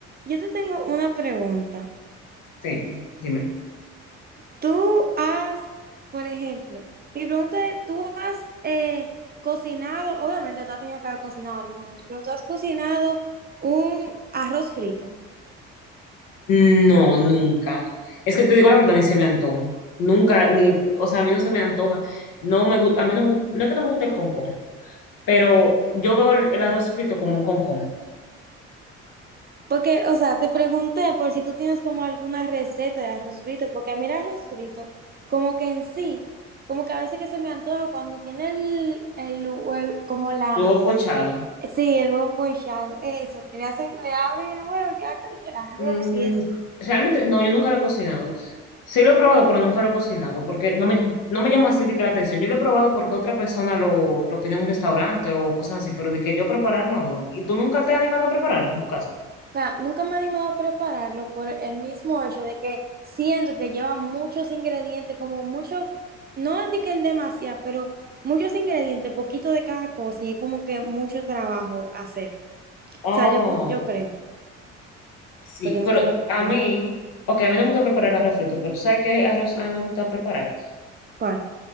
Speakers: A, on the right; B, on the left.
A: Yo te tengo una pregunta.
B: Sí, dime.
A: Tú has, por ejemplo, mi pregunta es, ¿tú has eh, cocinado, obviamente tú has tenido que haber cocinado alguna vez, pero tú has cocinado un arroz frito?
B: No, nunca. Es que te digo la verdad, ni se me antoja. Nunca, ni, o sea, a mí no se me antoja. No me gusta, a mí no me gusta, no es que no me guste el concón, pero yo veo el, el arroz frito como un concón,
A: Porque, o sea, te pregunté por si tú tienes como alguna receta de arroz frito, porque a mí el arroz frito, como que en sí, como que a veces que se me antoja cuando tiene el, el huevo, como la,
B: luego pochado.
A: sí, el huevo pochado, eso, que le hacen, le abren el huevo y queda casi que el arroz
B: Mm,
A: y eso.
B: realmente, no, yo nunca lo he cocinado. Sí lo he probado, pero nunca lo he cocinado, porque no me, no me llama así de que la atención. Yo lo he probado porque otra persona lo, lo pide en un restaurante o cosas así, pero de que yo prepararlo, no. ¿Y tú nunca te has animado a prepararlo en tu casa?
A: sea, nunca me he animado a prepararlo por el mismo hecho de que siento que lleva muchos ingredientes, como mucho, no indiquen demasiado, pero muchos ingredientes, poquito de cada cosa, y es como que mucho trabajo hacerlo. O
B: Oh.
A: sea, yo, yo creo,
B: Sí,
A: porque nunca
B: pero
A: lo he cocinado.
B: a mí, ok, a mí no me gusta preparar arroz frito, pero tú sabes qué arroz a mí me gusta preparar.
A: ¿Cuál?